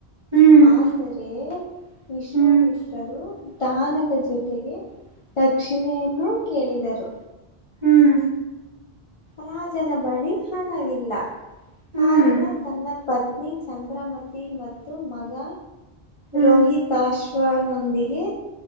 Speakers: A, on the right (about 35°); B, on the left (about 50°).
A: ಹ್ಮ್
B: ಆದರೆ ವಿಶ್ವಮಿತ್ರ
A: ಹ್ಮ್ ಹ್ಮ್
B: ದಾನದ ಜೊತೆಗೆ ದಕ್ಷಿಣೆಯನ್ನು ಕೇಳಿದರು
A: ಹ್ಮ್
B: ರಾಜನ ಬಳಿ ಹಣವಿಲ್ಲ
A: ಹ್ಮ್
B: ಕಾರಣ ತನ್ನ ಪತ್ ಪತ್ನಿ ಚಂದ್ರಮತಿ ಮತ್ತು ಮಗ
A: ಹ್ಮ್
B: ರೋಹಿತಾಶ್ ವಾಹನದೊಂದಿಗೆ